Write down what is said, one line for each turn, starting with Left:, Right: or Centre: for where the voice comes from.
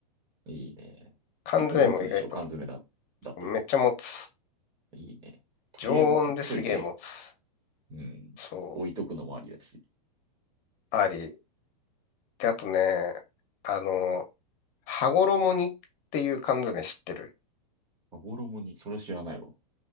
Right: いいね。
Left: 関税も意外と
Right: 結構持つんでしょ缶詰だ、だと。
Left: めっちゃ持つ。
Right: いいね。とりあえず買っといて、
Left: 常温ですげえ持つ。
Right: うん。
Left: そう、
Right: 置いとくのもありだし。
Left: あり。で、あとね、あの、羽衣にっていう缶詰知ってる。
Right: 羽衣に、それ知らないわ。